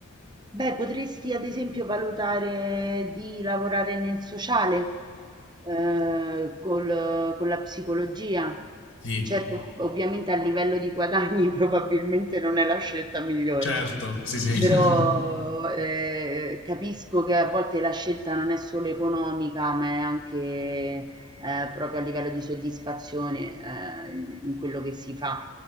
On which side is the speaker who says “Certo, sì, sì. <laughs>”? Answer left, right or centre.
Left